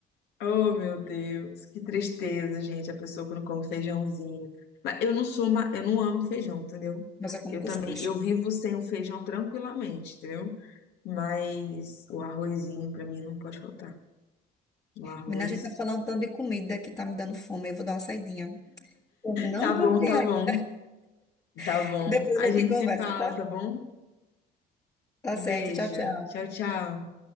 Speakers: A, on the left (about 80°); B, on the left (about 20°).
A: oh meu Deus, que tristeza, gente, a pessoa que não come feijãozinho. Mas eu não sou, ma- eu não amo feijão, entendeu?
B: Mas eu como
A: Eu também,
B: cuscuz.
A: eu vivo sem o feijão tranquilamente, entendeu? Mas o arrozinho pra mim não pode faltar. O arroz.
B: Menina, a gente tá falando tanto de comida que tá me dando fome. Eu vou dar uma saidinha. Eu não
A: Tá bom,
B: jantei
A: tá
B: ainda.
A: bom. Tá
B: <laughs>
A: bom.
B: E depois
A: A
B: a gente
A: gente
B: conversa,
A: se fala,
B: tá?
A: tá bom?
B: Tá
A: Um
B: certo.
A: beijo.
B: Tchau, tchau.
A: Tchau, tchau.